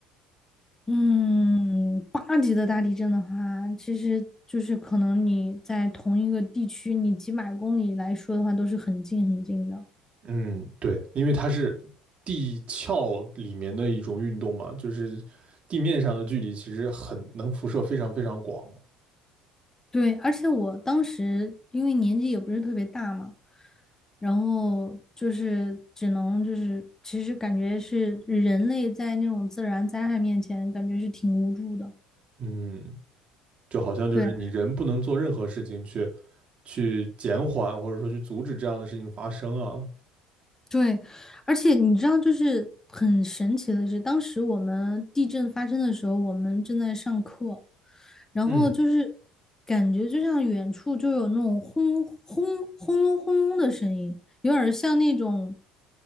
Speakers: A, on the left; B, on the right.
A: 嗯八级的大地震的话，其实就是可能你在同一个地区，你几百公里来说的话，都是很近很近的。
B: 嗯，对，因为它是地壳里面的一种运动嘛，就是地面上的距离其实很能辐射非常非常广。
A: 对，而且我当时因为年纪也不是特别大嘛，然后就是只能就是，其实感觉是人类在那种自然灾害面前，感觉是挺无助的。
B: 嗯，就好像就是你人不能做任何事情去
A: 对。
B: 去减缓或者说去阻止这样的事情发生啊
A: 对，而且你知道，就是很神奇的是，当时我们地震发生的时候，我们正在上课，然后就是
B: 嗯
A: 感觉就像远处就有那种轰轰轰隆轰隆的声音，有点儿像那种